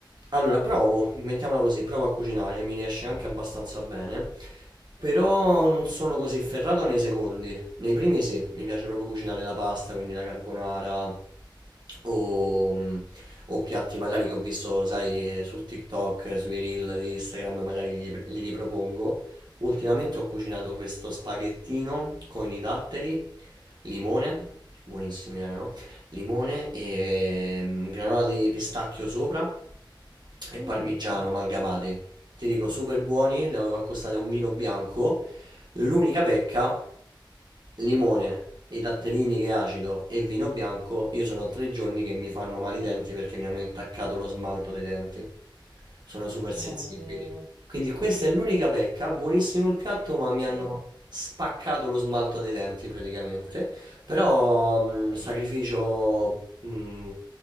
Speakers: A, on the right; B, on the left.
A: allora provo, mettiamola così, provo a cucinare, mi riesce anche abbastanza bene, però non sono così ferrato nei secondi. Nei primi sì, mi piace proprio cucinare la pasta, quindi la carbonara o mm, o piatti magari che ho visto, sai, su TikTok, sui reel di Instagram, magari li, li ripropongo. Ultimamente ho cucinato questo spaghettino con i datteri, limone, buonissimi erano, limone e mm, granola di pistacchio sopra e
B: Mm,
A: parmigiano amalgamati. Ti dico, super buoni, li avevo accostati a un vino bianco L'unica pecca, limone, i datterini che è acido e vino bianco, io sono tre giorni che mi fanno male i denti perché mi hanno intaccato lo smalto dei denti. Sono super
B: è
A: sensibili.
B: vero,
A: Quindi questa è l'unica pecca, buonissimo il piatto, ma mi hanno
B: però
A: spaccato lo smalto dei denti praticamente. Però mh, sacrificio mh,